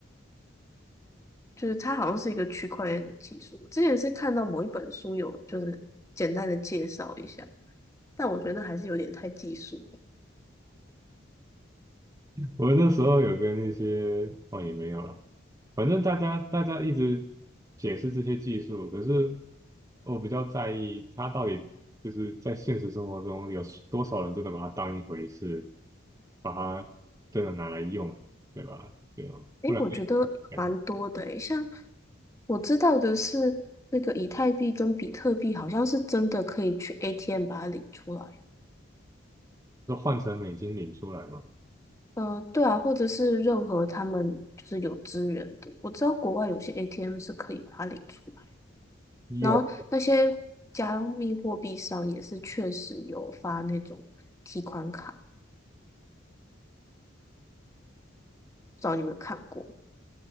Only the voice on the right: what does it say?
我那时候有跟那些哦也没有了，反正大家大家一直解释这些技术，可是我比较在意它到底就是在现实生活中有多少人真的把它当一回事，把它真的拿来用，对吧？对吧？
不然就
讲
就换成美金领出来嘛。
有，